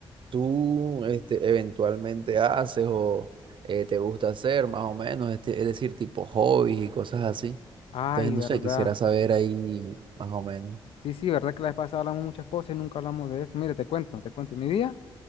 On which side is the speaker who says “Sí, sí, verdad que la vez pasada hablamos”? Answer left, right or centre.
Left